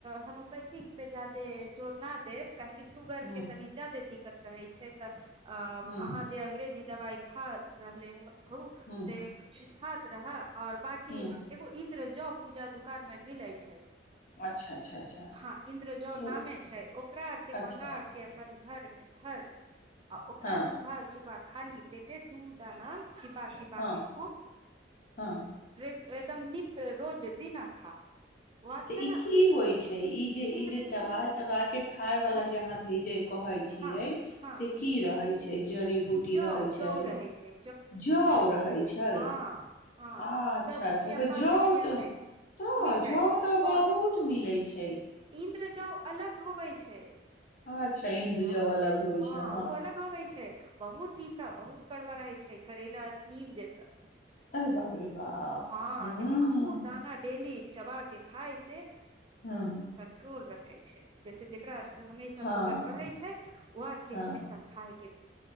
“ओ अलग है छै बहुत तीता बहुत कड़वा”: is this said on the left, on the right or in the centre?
Right